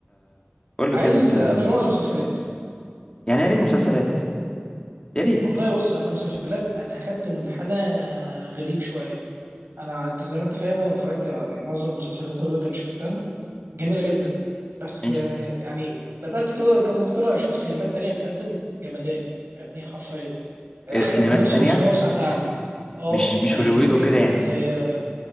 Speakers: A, on the left (about 20°); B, on the right (about 70°).
A: قول لي
B: عايز
A: كده انت
B: افلام ولا مسلسلات
A: يعني يا ريت مسلسلات يا ريت
B: والله بص انا مسلسلات انا اخدت منحنى غريب شويه انا انت زي ما انت فاهم انا اتفرجت يعني معظم مسلسلات هوليوود انا شفتها جميله جدا بس
A: ماشي
B: آه، يعني بدات كده كذا فتره اشوف سينمات تانية بتقدم جمدان يعني حرفيا آه،
A: إيه
B: حاجه
A: ده، سينمات
B: بنفس
A: تانية
B: المستوى وساعات اعلى اه
A: مش
B: زي
A: مش هوليوود
B: كوريا
A: وكده يعني
B: آه، زي آه،